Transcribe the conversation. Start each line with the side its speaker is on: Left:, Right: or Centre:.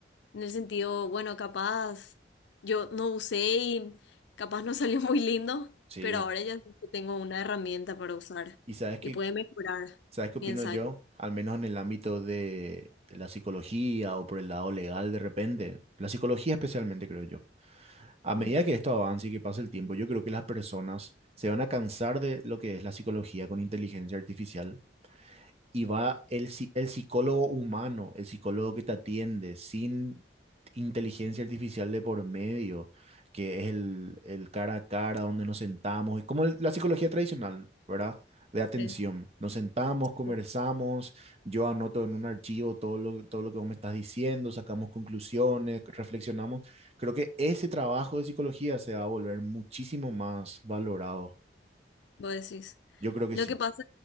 Left: En el sentido, bueno, capaz yo no usé y capaz no <laughs> salió muy lindo,
Right: sí.
Left: pero ahora ya sé que tengo una herramienta para usar
Right: ¿Y sabes qué,
Left: y puede mejorar
Right: sabes qué opino
Left: mi ensayo.
Right: yo? Al menos en el ámbito de la psicología o por el lado legal de repente. La psicología especialmente, creo yo. A
Left: Mm,
Right: medida que esto avance y que pase el tiempo, yo creo que las personas se van a cansar de lo que es la psicología con inteligencia artificial y va el, psi- el psicólogo humano, el psicólogo que te atiende, sin inteligencia artificial de por medio, que es el, el cara a cara donde nos sentamos, y como el- la psicología tradicional, ¿verdad? De atención.
Left: sí,
Right: Nos sentamos, conversamos,
Left: sí.
Right: yo anoto en un archivo todo lo, todo lo que vos me estás diciendo, sacamos conclusiones, reflexionamos. Creo que ese trabajo de psicología se va a volver muchísimo más valorado.
Left: Vos decís.
Right: Yo creo que
Left: Lo
Right: sí,
Left: que pasa